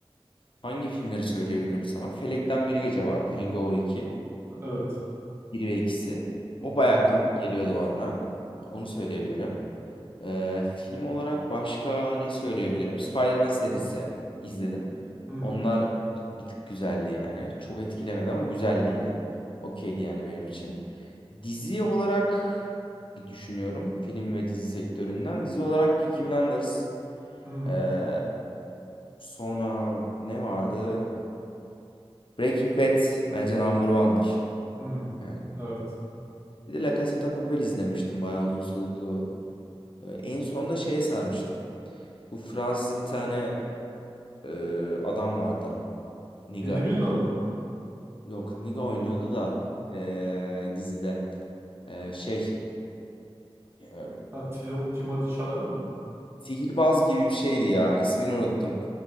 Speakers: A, on the left; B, on the right.
A: hangi filmleri söyleyebilirim sana? Felekten Bir Gece vardı. Hangover 2.
B: evet.
A: Bir ve ikisi.
B: Hı
A: O
B: hı.
A: bayağı komik geliyordu bana. Onu söyleyebilirim. Ee, film olarak başka ne söyleyebilirim? Spider-Man serisi izledim.
B: Hmm,
A: Onlar bir tık güzeldi yani. Çok etkilemedi ama güzeldi yine. Okeydi yani benim için. Dizi olarak bir düşünüyorum. Film ve dizi sektöründen. Dizi olarak Peaky Blinders.
B: hmm,
A: Ee, sonra ne vardı? Breaking Bad bence number one'dır.
B: hmm.
A: Yani
B: Evet.
A: bir de La Casa de Papel izlemiştim. Bayağı uzun soluklu. Ee, en son da şeye sarmıştım. Bu Fransız bir tane e, adam vardı. Niga.
B: Denis Villeneuve mu?
A: Yok Niga oynuyordu da e, dizide. E, şey e,
B: Ha, Tilo- Timothée Chalamet mi?
A: sihirbaz gibi bir şeydi ya. İsmini unuttum.